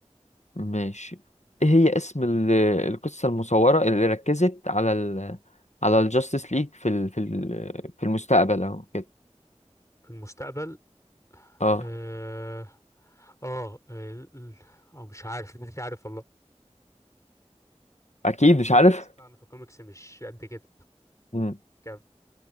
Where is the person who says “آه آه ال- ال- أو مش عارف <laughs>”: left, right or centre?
Left